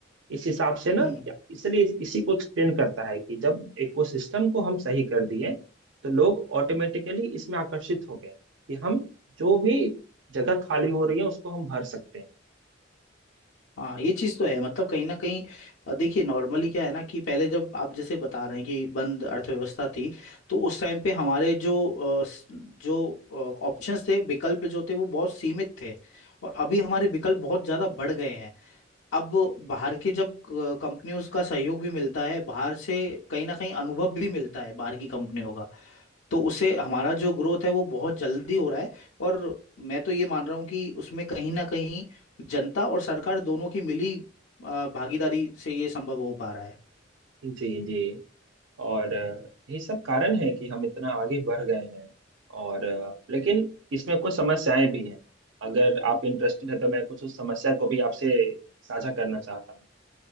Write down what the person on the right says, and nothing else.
इस हिसाब से ना
क्या इसलिए इसी को एक्सप्लेन करता है कि जब इकोसिस्टम को हम सही कर दिए तो लोग ऑटोमेटिकली इसमें आकर्षित हो गए कि हम जो भी जगह खाली हो रही है उसको हम भर सकते हैं
जी जी और अ, यही सब कारण है कि हम इतना आगे बढ़ गए हैं और अ, लेकिन इसमें कुछ समस्याएं भी हैं अगर आप इंटरेस्टेड है तो मैं कुछ उस समस्या को भी आपसे साझा करना चाहता हूँ